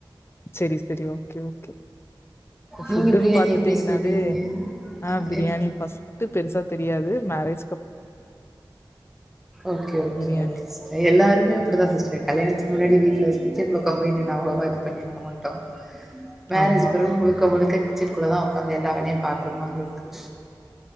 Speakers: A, on the left (about 30°); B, in the centre.
A: செரி செரி ஓகே ஓகே ஃபுட்டுன்னு
B: நீங்க பிரியாணி
A: பாத்துட்டீங்கனாலே
B: எப்டி செய்வீங்க?
A: ஆஹ்
B: அ
A: பிரியாணி
B: எல்
A: ஃபஸ்ட்டு பெருசா தெரியாது marriage
B: okay okay
A: biryani.
B: Okay sister எல்லாருமே அப்டித்தா சிஸ்டர் கல்யாணத்துக்கு முன்னாடி வீட்டுல ஸ்கிப் திரும்ப கம்பெனி நா அவ்ளவா இது பண்ணிருன் போ மாட்டோ மேரேஜ்
A: ஆமா,
B: பெறவு முழுக்க முழுக்க கிச்சின்குள்ளதா உக்காந்து எல்லா வேலையு பாக்குறமாருக்கு